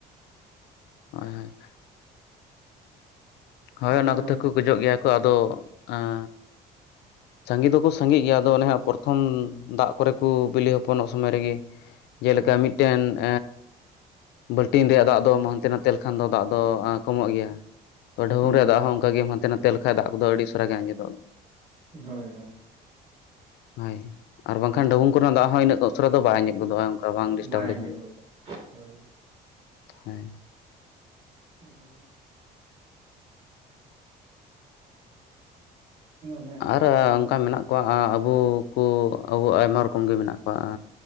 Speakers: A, on the left; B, on the right.
A: ᱦᱳᱭ ᱦᱳᱭ᱾ ᱦᱳᱭ
B: ᱞᱟᱹᱭ
A: ᱚᱱᱟ
B: ᱵᱮᱱ
A: ᱠᱚᱛᱮ
B: ᱟᱵᱮᱱ
A: ᱠᱚ
B: ᱪᱮᱫ
A: ᱜᱚᱡᱚᱜ
B: ᱵᱮᱱ
A: ᱜᱮᱭᱟ ᱠᱚ ᱟᱫᱚ ᱮᱸᱻ ᱥᱟᱸᱜᱮ ᱫᱚᱠᱚ ᱥᱟᱸᱜᱮᱜ ᱜᱮᱭᱟ ᱟᱫᱚ ᱚᱱᱮ ᱦᱟᱸᱜ ᱯᱨᱚᱛᱷᱚᱢ ᱫᱟᱜ ᱠᱚᱨᱮ ᱠᱚ ᱵᱤᱞᱤ ᱦᱚᱯᱚᱱᱚᱜ ᱥᱚᱢᱚᱭ ᱨᱮᱜᱮ ᱡᱮᱞᱮᱠᱟ
B: ᱦᱳᱭ
A: ᱢᱤᱫᱴᱮᱱ
B: ᱦᱳᱭ
A: ᱮᱸᱻ ᱵᱟᱹᱞᱴᱤᱱ ᱨᱮᱭᱟᱜ ᱫᱟᱜ ᱫᱚᱢ ᱦᱟᱱᱛᱮ ᱱᱟᱛᱮ ᱞᱮᱠᱷᱟᱱ ᱫᱚ ᱫᱟᱜ ᱫᱚ ᱠᱚᱢᱚᱜ ᱜᱮᱭᱟ᱾ ᱛᱚ, ᱰᱷᱟᱵᱩᱝ
B: ᱦᱩᱸ
A: ᱨᱮᱭᱟᱜ ᱫᱟᱜ ᱦᱚᱸ ᱚᱝᱠᱟ ᱜᱮᱢ ᱦᱟᱱᱛᱮ ᱱᱟᱛᱮ ᱞᱮᱠᱷᱟᱡ ᱫᱟᱜ ᱠᱚᱫᱚ ᱟᱹᱰᱤ ᱩᱥᱟᱹᱨᱟ ᱜᱮ ᱟᱸᱡᱮᱫᱚᱜ
B: ᱦᱳᱭ ᱦᱳᱭ᱾
A: ᱦᱳᱭ ᱟᱨ ᱵᱟᱝᱠᱷᱟᱱ ᱰᱷᱟᱹᱵᱩᱝ ᱠᱚᱨᱮᱱᱟᱜ ᱫᱟᱜ ᱦᱚᱸ ᱤᱱᱟᱹᱜ ᱩᱥᱟᱹᱨᱟ ᱫᱚ ᱵᱟᱭ ᱟᱸᱡᱮᱫ ᱜᱚᱫᱚᱜᱼᱟ᱾ ᱚᱝᱠᱟ ᱵᱟᱝ ᱰᱤᱥᱴᱟᱵᱽ
B: ᱵᱟᱭ
A: ᱞᱮᱠᱷᱟᱱ
B: ᱟᱸᱡᱮᱫ
A: ᱫᱚ,
B: ᱜᱚᱫᱚᱜ ᱦᱳᱭ ᱦᱳᱭ
A: ᱦᱳᱭ᱾
B: <inaudible> ᱚᱱᱮ
A: ᱟᱨ
B: ᱟᱫᱚ
A: ᱚᱱᱠᱟ ᱢᱮᱱᱟᱜ ᱠᱚᱣᱟ ᱟᱵᱚ ᱠᱚ ᱟᱵᱚ ᱟᱭᱢᱟ ᱨᱚᱠᱚᱢ ᱜᱮ ᱢᱮᱱᱟᱜ ᱠᱚᱣᱟ